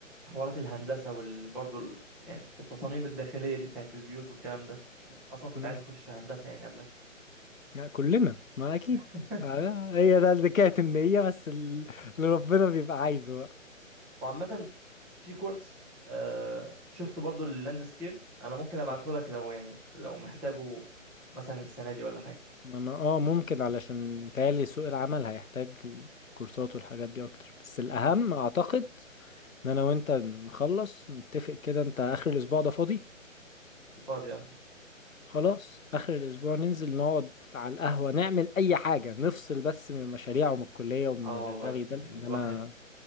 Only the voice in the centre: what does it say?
حوارات الهندسه وبرضه ال... يعني التصاميم الداخليه دي بتاعت البيوت والكلام ده اصلا كنت
عايز اخش هندسه يعني قبلها بس
<laughs>
وعامة في كورس آه شفت برضو اللاندسكيب انا ممكن ابعته
لك لو يعني لو محتاجه مثلا السنه دي ولا حاجه
مم.
فاضي اه
آه
والله
الواحد